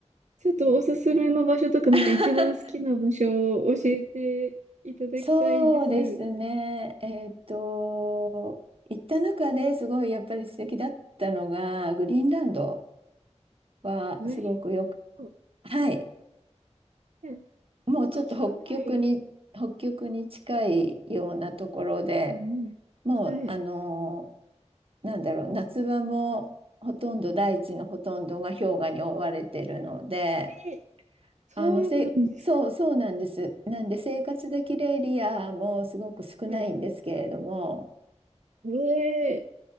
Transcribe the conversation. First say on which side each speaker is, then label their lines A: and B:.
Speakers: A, on the right; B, on the right.
A: ちょっとおすすめの場所とか、なんか一番好きな場所を教えていただきたいです。
B: <laughs> そうですね。えっと、行った中ですごいやっぱり素敵だったのが、グリーンランドはすごくよく、
A: グリーンを、
B: はい。
A: ね、なかなか聞かないで
B: もうちょっと北極に、北極に近いようなところで、
A: すね。
B: もう、
A: はい。
B: あのーなんだろう、夏場もほとんど大地のほとんどが氷河に覆われてるので、
A: えー、そうなんですか。
B: あの、せ、そう、そうなんです。なんで生活できるエリアもすごく少ないんですけれども、
A: はい。え